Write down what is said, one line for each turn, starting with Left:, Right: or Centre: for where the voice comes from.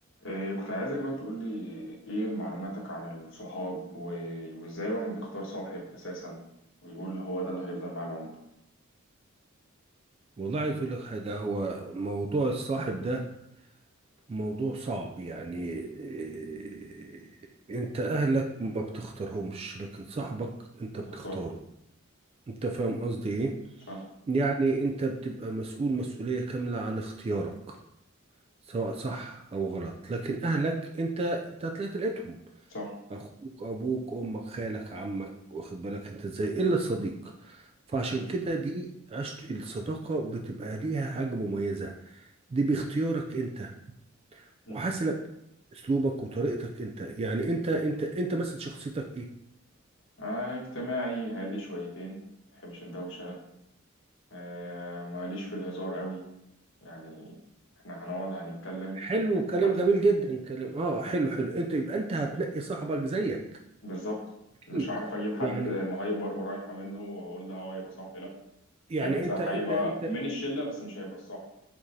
Left: إيه، كنت عايزك بقى تقولي ايه معلوماتك عن الصحاب و- وازاي الواحد بيختار صاحب اساسا ويقول هو ده اللي هيفضل معاه العمر
Right: والله عايز اقول لك حاجة هو موضوع الصاحب ده موضوع صعب يعني إيه انت اهلك ما بتختارهمش لكن صاحبك انت
Left: وتختار
Right: بتختاره انت فاهم قصدي ايه
Left: فاهم
Right: يعني انت بتبقى مسؤول مسؤولية كاملة عن اختيارك سواء صح او غلط لكن اهلك انت انت هتلاقي تلقيتهم
Left: صح
Right: اخوك ابوك امك خالك عمك واخد بالك انت ازاي الا الصديق فعشان
Left: مم.
Right: كده دي عشت الصداقة بتبقى ليها حاجة مميزة دي باختيارك انت
Left: مم.
Right: وحسب اسلوبك وطريقتك انت يعني انت انت انت مثلا شخصيتك ايه
Left: آه اجتماعي هادي شويتين ما بحبش الدوشة آه ماليش في الهزار قوي يعني احنا هنقعد هنتكلم
Right: حلو كلام
Left: بس
Right: جميل جدا كلام اه حلو حلو انت يبقى انت هتنقي صاحبك زيك
Left: بالظبط
Right: اكيد
Left: مش هعرف اجيب حد
Right: يعني
Left: مهايبر ورايحة منه واقول ده هو هيبقى صاحبي لا
Right: يعني
Left: هيبقى زي
Right: انت انت
Left: هيبقى
Right: انت
Left: من الشلة بس مش هيبقى الصاحب